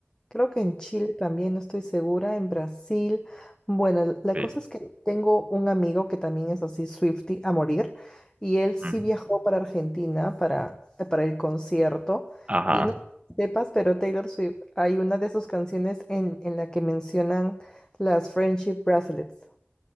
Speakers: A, on the left (about 20°); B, on the right (about 30°).
A: Creo que en Chile también, no estoy segura, en Brasil. Bueno, l- la
B: sí.
A: cosa es que tengo un amigo que también es así, Swifty, a morir, y él sí
B: Mm.
A: viajó para Argentina para, para el concierto.
B: Ajá.
A: Y no sé si sepas, pero Taylor Swift, hay una de sus canciones en, en la que mencionan las Friendship Bracelets.